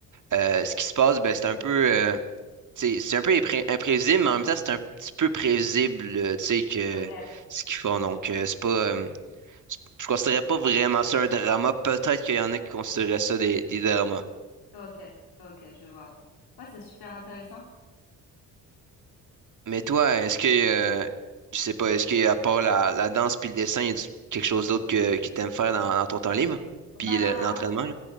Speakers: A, on the right (about 45°); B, on the left (about 65°).
A: euh, ce qui se passe, ben, c'est un peu. euh, tu sais, c'est un peu impré- imprévisible, mais en même temps, c'est un petit peu prévisible, euh, tu sais, que
B: ok,
A: ce qu'ils font. Donc, euh, c'est pas. euh, je considérais pas vraiment ça un drama. Peut-être qu'il y en a qui considéraient ça des, des dramas.
B: ok, ok, je vois. Ouais, c'est super intéressant.
A: Mais toi, est-ce que, euh, je sais pas, est-ce qu'à part la, la danse puis le dessin, y a quelque chose d'autre que, que t'aimes faire dans, dans ton temps libre?
B: Bah
A: Puis le- l'entraînement,
B: ah,
A: là?